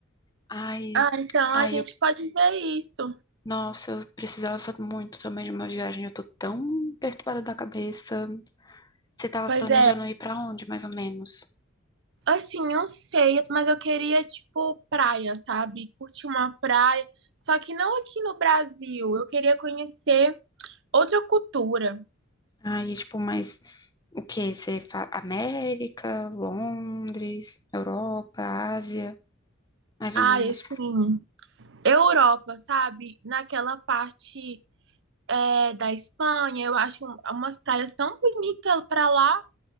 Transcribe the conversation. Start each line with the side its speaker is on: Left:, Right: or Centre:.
Left: Ai,
Right: Ah, então
Left: ai,
Right: a gente
Left: eu,
Right: pode ver isso.
Left: nossa, eu precisava muito também de uma viagem. Eu tô tão perturbada da cabeça. Você tava
Right: Pois
Left: planejando
Right: é.
Left: ir pra onde, mais ou menos?
Right: Assim, não sei, mas eu queria, tipo, praia, sabe? Curtir uma praia. Só que não aqui no Brasil. Eu queria conhecer outra cultura.
Left: Aí, tipo, mas o quê? Você fa- América, Londres, Europa, Ásia, mais
Right: Ah,
Left: ou menos.
Right: assim, Europa, sabe? Naquela parte, é, da Espanha, eu acho umas praias tão bonitas pra lá.